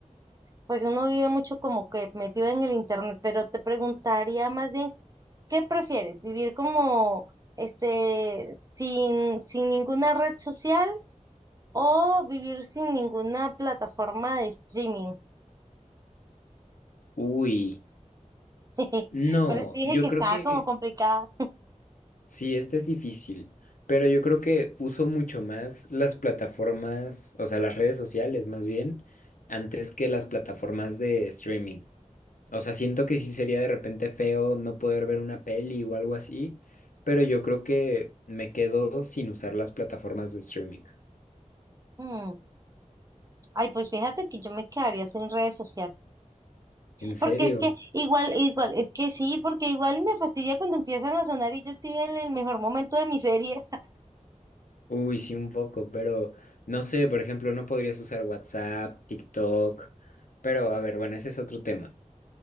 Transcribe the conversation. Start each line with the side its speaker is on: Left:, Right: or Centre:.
Right: pues uno vive mucho como que metido en el internet, pero te preguntaría más bien, ¿qué prefieres? ¿Vivir como este sin, sin ninguna red social o vivir sin ninguna plataforma de streaming?
Left: Uy,
Right: <laughs>
Left: no,
Right: Pero te dije
Left: yo
Right: que estaba
Left: creo que
Right: como complicada.
Left: Sí, este es difícil, pero yo creo que uso mucho más las plataformas, o sea, las redes sociales más bien, antes que las plataformas de streaming. O sea, siento que sí sería de repente feo no poder ver una peli o algo así, pero yo creo que me quedo sin usar las plataformas de streaming.
Right: Mm, Ay, pues fíjate que yo me quedaría sin redes sociales.
Left: ¿En serio?
Right: Porque es que igual, igual, es que sí, porque igual me fastidia cuando empiezan a sonar y yo estoy en el mejor momento de mi serie.
Left: Uy, sí, un poco, pero no sé, por ejemplo, no podrías usar WhatsApp, TikTok, pero a ver, bueno, ese es otro tema.